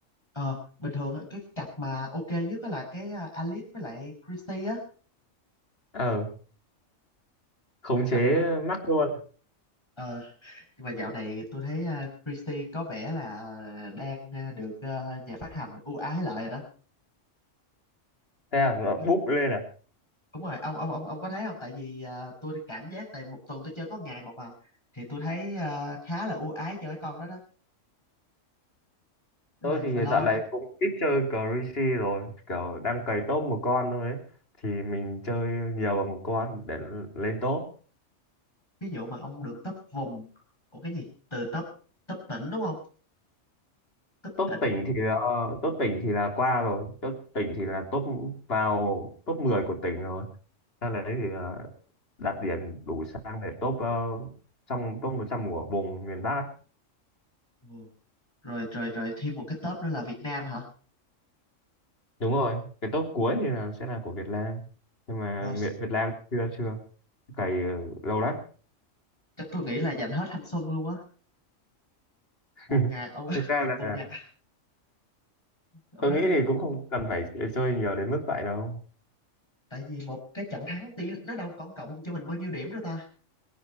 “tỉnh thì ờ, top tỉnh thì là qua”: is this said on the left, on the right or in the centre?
Left